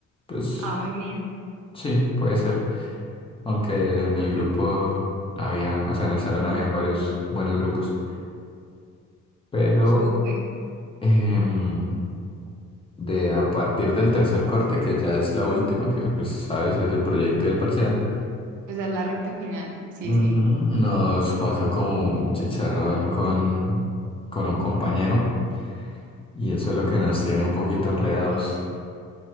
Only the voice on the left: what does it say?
Pues
sí, puede ser. Aunque en el grupo habían, o sea, en el salón habían varios buenos grupos. Pero...
em, de a partir del tercer corte, que ya es la última, que pues sabes, es el proyecto del parcial,
ujú,
nos pasa como un chicharrón con, con un compañero y eso es lo que nos tiene un poquito enredados.